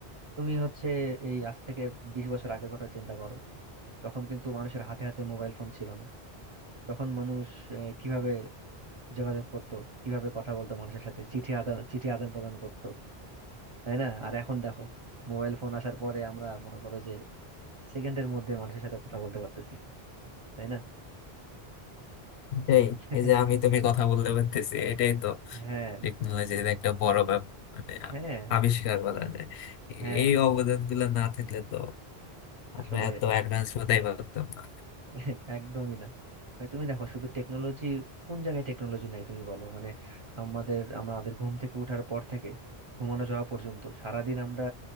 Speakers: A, on the right; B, on the left.
A: তুমি হচ্ছে এই আজ থেকে বিশ বছর আগের কথা চিন্তা করো তখন কিন্তু মানুষের হাতে হাতে মোবাইল ফোন ছিল না তখন মানুষ আহ, কিভাবে যোগাযোগ করতো কিভাবে কথা বলতো মানুষের সাথে চিঠি আদান চিঠি আদান প্রদান করতো তাই না আর এখন দেখো মোবাইল ফোন আসার পরে আমরা মনে করো যে সেকেন্ডের মধ্যে মানুষের সাথে কথা বলতে পারতেছি তাই না
B: এটাই
A: <laughs>
B: এই যে আমি তুমি কথা বলতে পারতেছি এটাই তো
A: হ্যাঁ
B: টেকনোলজির একটা বড় ব্যাপার মানে
A: হ্যাঁ
B: আবিষ্কার বলা যায়
A: হ্যাঁ
B: এই অবদান গুলো না থাকলে তো আমরা
A: আসলে
B: এত অ্যাডভান্স হতেই পারতাম না
A: <laughs> একদমই না ভাই তুমি দেখো শুধু টেকনোলজি কোন জায়গায় টেকনোলজি নাই তুমি বলো মানে আমাদের আমাদের ঘুম থেকে ওঠার পর থেকে ঘুমানো যাওয়া পর্যন্ত সারাদিন আমরা